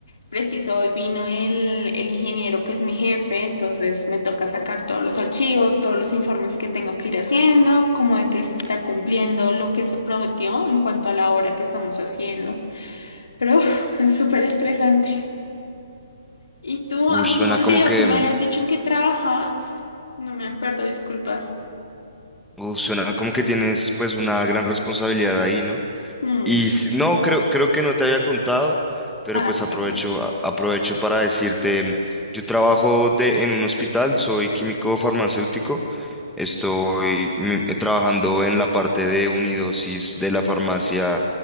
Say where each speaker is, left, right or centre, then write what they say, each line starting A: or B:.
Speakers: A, on the left; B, in the centre.
A: Preciso, hoy vino el, el ingeniero que es mi jefe, entonces me toca sacar todos los archivos, todos los informes que tengo que ir haciendo, como de que se está cumpliendo lo que se prometió en cuanto a la hora que estamos haciendo. Pero <laughs> uf, es súper estresante. ¿Y tú?
B: Uy,
A: A mí
B: suena
A: se me
B: como
A: olvidó
B: que,
A: que me
B: mm,
A: habías dicho en qué trabajabas. No me acuerdo, disculpa.
B: uf, suena como que tienes pues una gran responsabilidad ahí, ¿no?
A: Mm,
B: Y s- no, creo, creo que no te había contado, pero
A: Ah,
B: pues
A: con
B: aprovecho,
A: razón.
B: a- aprovecho para decirte, mm, yo trabajo de, en un hospital, soy químico farmacéutico, estoy mm, trabajando en la parte de unidosis de la farmacia